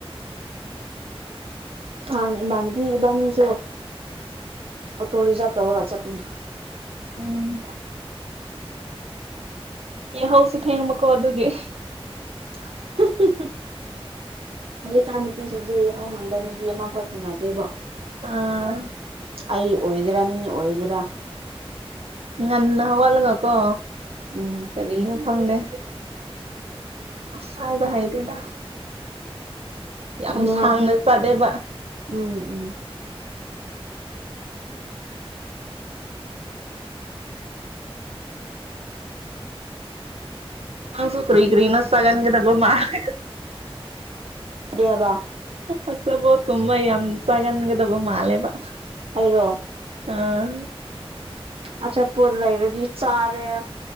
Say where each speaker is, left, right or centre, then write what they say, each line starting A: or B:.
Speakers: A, on the right (about 65°); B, on the right (about 80°).
A: ꯍꯥꯟ ꯏꯃꯥꯟꯅꯕꯤ ꯏꯕꯥꯅꯤꯁꯨ ꯑꯣꯇꯣ ꯔꯤꯖꯥꯕ ꯇꯧꯔꯒ ꯆꯠꯄꯅꯦ
B: ꯎꯝ ꯌꯥꯍꯧꯁꯨ ꯊꯦꯡꯕ ꯑꯗꯨꯒꯤ
A: <inaudible> ꯍꯧꯖꯤꯛꯀꯥꯟ ꯅꯨꯄꯤꯁꯤꯡꯁꯦ ꯍꯧ ꯉꯪꯗꯕ ꯅꯨꯄꯤ ꯑꯃꯐꯥꯎ ꯊꯦꯡꯅꯗ꯭ꯦꯔꯤꯕꯣ
B: ꯑ
A: ꯑꯩ ꯑꯣꯏꯒꯦꯔꯥ ꯃꯤ ꯑꯣꯏꯒꯦꯔꯥ
B: ꯉꯟꯅ ꯋꯥꯜꯒ ꯀꯣ
A: ꯎꯝ
B: ꯇꯔ ꯌꯦꯅ ꯐꯪꯗꯦ ꯐꯥꯏꯕ ꯍꯥꯏꯗꯗ ꯌꯥꯝ
A: ꯊꯣꯛꯅꯤꯡꯉꯥꯏ
B: ꯁꯥꯡꯅ ꯆꯥꯂꯦꯕ
A: ꯎꯝ ꯎꯝ
B: ꯅꯪꯁꯨ ꯀꯔꯤ ꯀꯔꯤꯅꯣ ꯆꯥꯒꯟꯒꯗꯕ ꯃꯥꯂꯦ
A: ꯐ꯭ꯔꯤꯌꯥꯕꯕꯥ
B: ꯑ ꯁꯕꯣ ꯇꯨꯝꯝꯕ ꯏꯟ ꯁꯒꯟꯒꯗꯕꯣ ꯃꯥꯂꯦꯕ
A: ꯑꯩꯔꯣ
B: ꯑꯥ
A: ꯑꯆꯥ ꯄꯣꯠ ꯂꯩꯔꯗꯤ ꯆꯥꯔꯦ